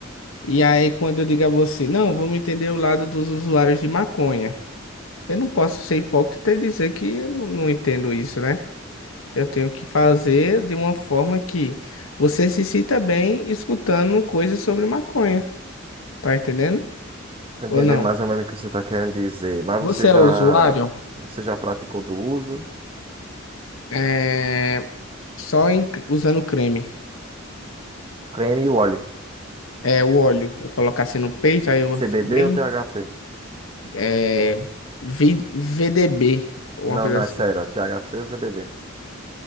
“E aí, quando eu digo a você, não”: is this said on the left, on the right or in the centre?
Left